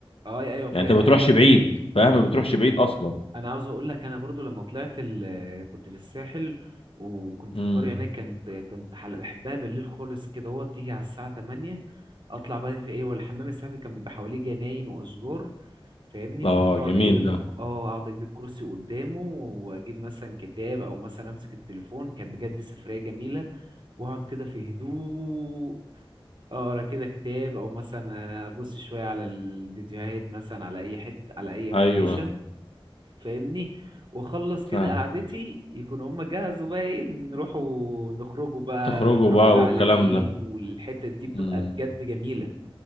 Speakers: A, on the right; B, on the left.
A: اه أي- ايوه فاهم
B: يعني انت ما بتروحش
A: يعني
B: بعيد فاهم ما بتروحش بعيد اصلا
A: انا عاوز اقول لك انا برضو لما طلعت ال... كنت في الساحل وكنت في
B: امم
A: قرية هناك كنت كنت حل- بحبها بالليل خالص كده هو تيجي على الساعة 8 اطلع بقى في ايه والحمام السحري كان بيبقى حواليه جناين واشجار فاهمني
B: اه
A: كنت اقعد
B: جميل
A: اجيب الك-
B: ده
A: اه اقعد اجيب الكرسي قدامه واجيب مثلا كتاب او مثلا امسك التليفون كانت بجد سفرية جميلة واقعد كده في هدوء اقرا كده كتاب او مثلا ابص شويه على الفيديوهات مثلا على اي حته على اي ابلكيشن
B: ايوه
A: فاهمني واخلص كده
B: فاهم
A: قعدتي يكون هما جهزوا بقى ايه نروحوا نخرجوا بقى
B: تخرجوا
A: نروحوا
B: بقى
A: العالمين
B: والكلام ده
A: والحتة دي بتبقى
B: امم
A: بجد جميلة